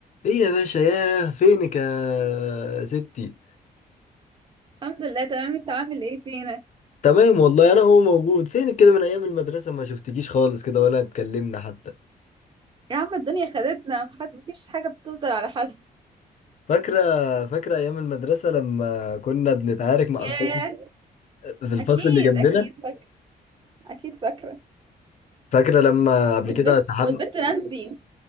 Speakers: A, on the left; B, on the right.
A: ايه يا باشا ياه فينك يا ستي
B: الحمد لله تمام انت عامل ايه فينك
A: تمام والله انا هو موجود فينك كده من ايام المدرسة ما شفتكيش خالص كده ولا اتكلمنا حتى
B: يا عم الدنيا خدتنا محد مفيش حاجه بتفضل على حالها
A: فاكرة فاكرة ايام المدرسة لما كنا بنتعارك مع
B: ياه
A: الفصل في الفصل
B: اكيد
A: اللي جنبنا
B: اكيد فاكره اكيد فاكره
A: فاكرة لما قبل
B: والبت
A: كده سحبنا
B: والبت نانسي